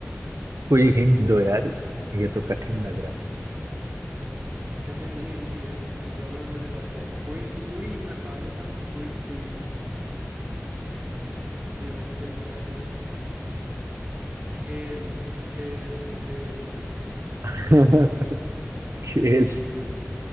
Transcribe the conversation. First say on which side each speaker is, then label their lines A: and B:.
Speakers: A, on the right; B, on the right.
A: कोई हिंट
B: देख
A: दो यार
B: लो
A: ये तो कठिन लग रहा
B: कठिन नहीं है इजी है रबड़ मुझे हराता है खोई सुई में पा लेता हूँ खोई सुई मेरा खेल निराला है खेल खेल खेल
A: है
B: हिंट
A: <laughs> खेल